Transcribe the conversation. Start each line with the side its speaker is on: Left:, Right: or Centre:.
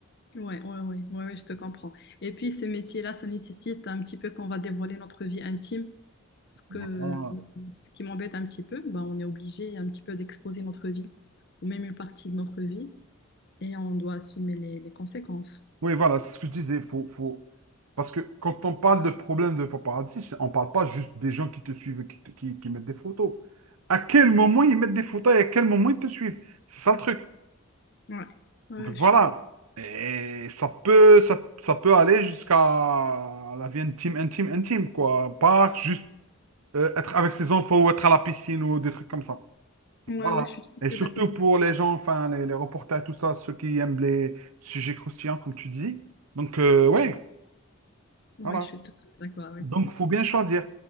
Left: Ouais, ouais, ouais, ouais, ouais, je te comprends. Et puis, ce métier-là, ça nécessite un petit peu qu'on va dévoiler notre vie intime. Ce que,
Right: Voilà.
Left: ce qui m'embête un petit peu, bah, on est obligé un petit peu d'exposer notre vie, ou même une partie de notre vie, et on doit assumer les, les conséquences.
Right: Oui, voilà, c'est ce que je disais. Faut, faut... Parce que quand on parle de problème de paparazzi, c'est- on ne parle pas juste des gens qui te suivent, et qui, te- qui, qui mettent des photos. À quel moment ils mettent des photos et à quel moment ils te suivent? C'est ça le truc.
Left: Ouais, ouais,
Right: Donc
Left: je
Right: voilà.
Left: suis tout,
Right: Et ça peut, ça, ça peut aller jusqu'à la vie intime, intime, intime, quoi. Pas juste euh, être avec ses enfants ou être à la piscine ou des trucs comme ça.
Left: ouais,
Right: Voilà.
Left: ouais, je suis tout
Right: Et
Left: à fait
Right: surtout
Left: d'accord.
Right: pour les gens, enfin, les, les reporters, tout ça, ceux qui aiment les sujets croustillants, comme tu dis. Donc, euh, ouais,
Left: Ouais,
Right: voilà.
Left: je suis totalement d'accord avec
Right: Donc,
Left: toi.
Right: faut bien choisir.